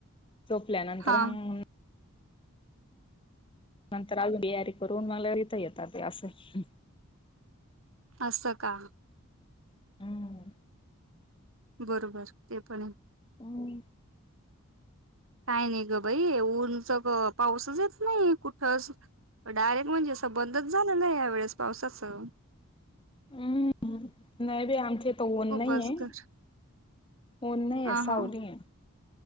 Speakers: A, on the left; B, on the right.
A: झोपल्या नंतर
B: हा
A: मग नंतर अजून बियारी करून मला इिथ येतात ते असं
B: असं का
A: हम्म
B: बरोबर ते पण
A: हम्
B: काय नाही ग भाई ऊनच ग पाऊसच येत नाही कुठ डायरेक्ट म्हणजे असं बंदच झालं नाही या वेळेस पावसाचं
A: हम्म नाही बी आमचे तो ओन
B: खूपच
A: नाही आहे
B: ग
A: ओन नाही
B: हा
A: सा
B: हा
A: ली आहे